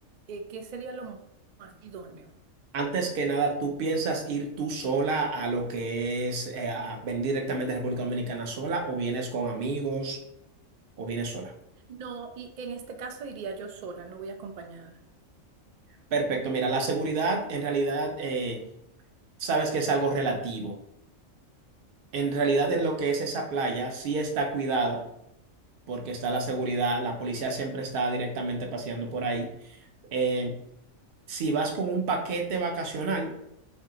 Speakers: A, on the right; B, on the right.
A: eh, ¿qué sería lo mo- más idóneo?
B: Antes que nada, ¿tú piensas ir tú sola a lo que es eh, a venir directamente a República Dominicana sola o vienes con amigos o vienes sola?
A: No, y en este caso iría yo sola, no voy acompañada.
B: Perfecto, mira, la seguridad en realidad eh, sabes que es algo relativo. En realidad en lo que es esa playa sí está cuidada porque está la seguridad, la policía siempre está directamente paseando por ahí. Eh, si vas con un paquete vacacional,